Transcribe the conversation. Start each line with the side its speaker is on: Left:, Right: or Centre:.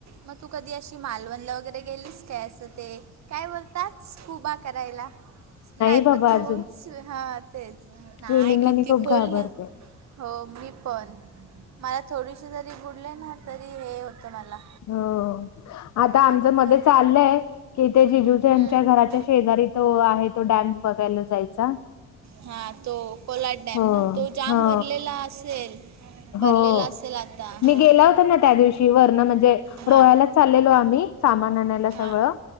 Right: मग तू कधी अशी मालवणला वगैरे गेलीस काय असं ते. काय बोलतात स्कुबा करायला नाही
Left: बाबा
Right: पण तू
Left: अजून
Right: हा तेच. नाही
Left: स्विमिंगला
Right: किती
Left: मी खूप
Right: खोल
Left: घाबरते.
Right: ना हो मी पण. मला थोडीशी जरी बुडले ना तरी हे होतं मला.
Left: हो आता
Right: मग
Left: आमचं मध्ये
Right: काय
Left: चाललंय कि ते जिजू ज्यांच्या
Right: हम्म.
Left: घराच्या शेजारी त आहे तो डॅम बघायला जायचा.
Right: हा तो कोलाट डॅम
Left: हो
Right: ना तो जाम
Left: हो
Right: भरलेला असेल. भरलेला
Left: हो
Right: असेल आता
Left: मी
Right: हो
Left: गेला होता ना त्या दिवशी वरण म्हणजे
Right: हां
Left: रोहालाच. चाललेलो आम्ही सामान आणायला.
Right: हां
Left: सगळं